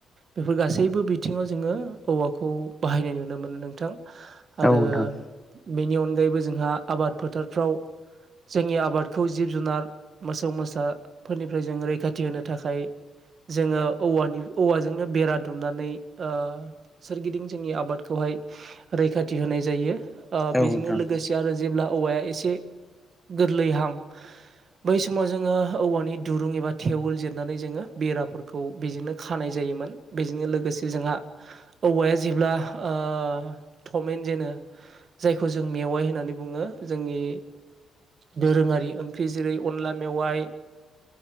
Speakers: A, on the right (about 50°); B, in the centre.
A: बेफोर गासैबो बिथिंङाव जोंङो औवाखौ बाहायनाय नुनो मो मोनो नोंथां। आरो
B: औ नोंथां
A: बेनि अनगायैबो जोंहा आबाद फोथारफ्राव जोंनि आबादखौ जिब-जुनार मोसौ मोसा फोरनिफ्राय जों रैखाथि होनो थाखाय जोङो औवानि औवाजोंनो बेरा दुमनानै ओ सोरगिदिं जोंनि आबाद खौहाय रैखाथि होनाय जायो। ओ
B: औ
A: बेजोंनो
B: नोंथां
A: लोगोसे आरो जेब्ला औवाया एसे गोरलैहां बै समाव जोङो औवानि दुरुं एबा टेवल जिरनानै जोङो बेराफोरखौ बेजोंनो खानाय जायोमोन बेजोंनो लोगोसे जोंहा औवाया जेब्ला ओ ओ थ'मेन जेनो जायखौ जों मेवाइ होननानै बुङो। जोंनि दोरोङारि ओंख्रि जेरै अनला मेवाइ